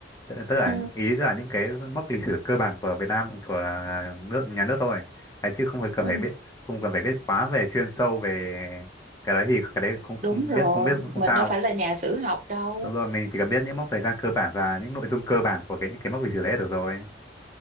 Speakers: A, on the left; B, on the right.
A: tức, tức là
B: ừ,
A: ý tức là những cái mốc lịch sử cơ bản của Việt Nam của à, nước nhà nước thôi đấy, chứ không phải cần
B: ừ,
A: phải biết không cần phải biết quá về chuyên sâu về cái đấy thì cái đấy không không
B: đúng rồi,
A: biết không biết cũng không
B: mình
A: sao
B: đâu phải là nhà sử học đâu.
A: đúng rồi mình chỉ cần biết những mốc thời gian cơ bản và những nội dung cơ bản của cái những cái mốc lịch sử đấy là được rồi